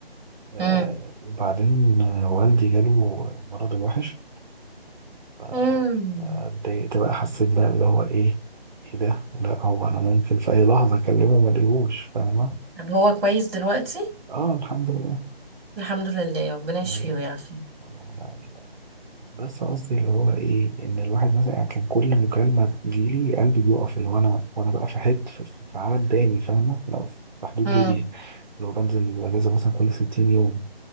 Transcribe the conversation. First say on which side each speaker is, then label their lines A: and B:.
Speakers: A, on the right; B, on the right.
A: آه
B: امم
A: وبعدين آه، والدي جاله مرض الوحش ف-
B: امم
A: فاتضايقت بقى حسيت بقى اللي هو ايه ايه ده لا هو انا ممكن في اي لحظة اكلمه ما الاقيهوش فاهمة
B: طب هو كويس دلوقتي
A: اه الحمد لله
B: الحمد لله ربنا يشفيه
A: آه
B: ويعافيه
A: يعني بس قصدي اللي هو ايه ان الواحد مثلا يعني كان كل مكالمة تجيلي قلبي بيقف اللي هو انا وانا بقى في حتة في في- في عالم تاني فاهمة لو في حدود
B: امم
A: ليبيا لو بنزل اجازة مثلا كل 60 يوم